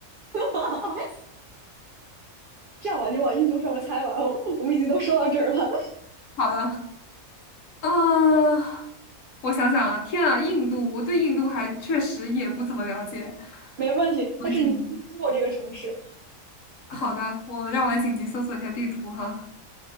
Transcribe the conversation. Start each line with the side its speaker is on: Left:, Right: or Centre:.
Right: <laughs> 这样吧，你往印度上面猜吧，哦，我们已经都说到这儿了，
Left: 好的。啊，我想想啊，天啊，印度，我对印度还确实也不怎么了解。
Right: 没问题。
Left: 我紧急，
Right: 但是你一经过这个城市，
Left: 好的，我让我来紧急搜索一下地图哈。